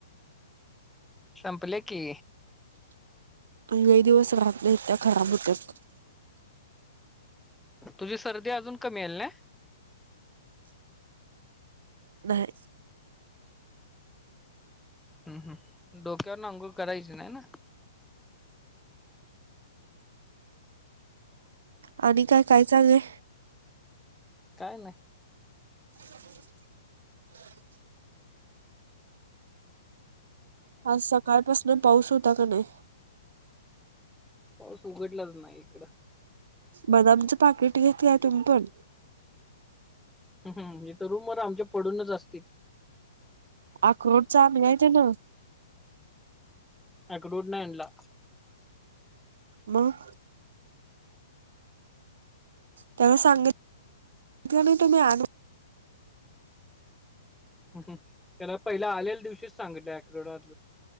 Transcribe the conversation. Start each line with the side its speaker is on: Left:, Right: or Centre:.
Centre: संपले की
Right: लई दिवस राहत नाहीत त्या खराब होत्याात
Centre: तुझी सर्दी अजून कमी यायला नाही
Right: नाही
Centre: हम् हम डोक्यावरून अंघोळ करायच नाही ना
Right: आणि काय काय चांगलंय
Centre: काय नाही
Right: <inaudible> आज सकाळ पासुन पाऊस होता काय नाही
Centre: पाऊस उघडलाच नाही इकडं
Right: बदामचं पाकिट घेतली तुम्ही पण
Centre: ह हम इथ रूम वर आमच्या पडूनच असतय की
Right: आक्रोड चांगली आहेत ना
Centre: अक्रोड नाही आणला
Right: मग त्याला सांगित काय नाही तुम्ही आनु
Centre: त्याला पहिला आलेल्या दिवशीच सांगलं आक्रोड वा